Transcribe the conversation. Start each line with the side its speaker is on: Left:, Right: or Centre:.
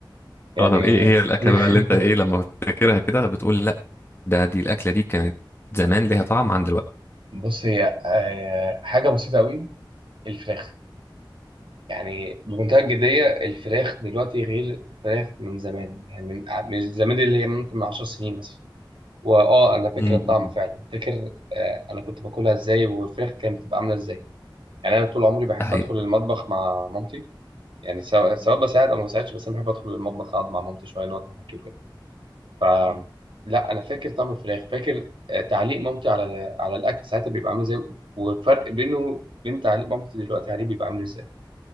Right: يعني
Left: اه طب ايه هي الاكله
Right: <laughs>
Left: بقى اللي انت ايه لما بتفتكرها كده بتقول لا ده دي الاكله دي كانت زمان ليها طعم عن دلوقتي
Right: بص هي آه، حاجه بسيطه قوي الفراخ يعني بمنتهى الجديه الفراخ دلوقتي غير الفراخ من زمان يعني من آه، من زمان اللي هي ممكن من 10 سنين مثلا واه انا فاكر
Left: امم
Right: الطعم فعلا فاكر آه، انا كنت باكلها ازاي والفراخ كانت بتبقى عامله ازاي يعني انا طول عمري بحب
Left: ده حقيقي
Right: ادخل المطبخ مع مامتي يعني سواء سواء
Left: مم.
Right: بساعد او ما بساعدش بس انا بحب ادخل المطبخ اقعد مع مامتي شويه نقعد نحكي وكده ف
Left: مم.
Right: لا انا فاكر طعم الفراخ فاكر آه، تعليق مامتي على على الاكل ساعتها بيبقى عامل ازاي والفرق بينه بين تعليق مامتي دلوقتي عليه بيبقى عامل ازاي